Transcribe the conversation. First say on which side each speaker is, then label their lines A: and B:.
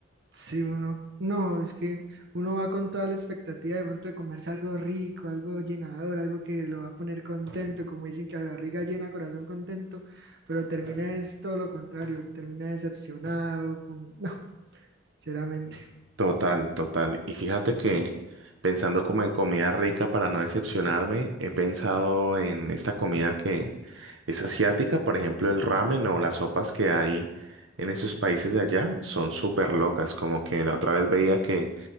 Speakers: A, on the right; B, on the right.
A: Sí, uno, no, es que uno va con toda la expectativa de pronto de comerse algo rico, algo llenador, algo que lo va a poner contento, como dicen que la barriga llena, corazón contento, pero termina es todo lo contrario, termina decepcionado, con... <laughs> no, sinceramente.
B: Total, total. Y fíjate que pensando como en comida rica para no decepcionarme, he pensado en esta comida que es asiática, por ejemplo, el ramen o las sopas que hay en esos países de allá son súper locas. Como que la otra vez veía que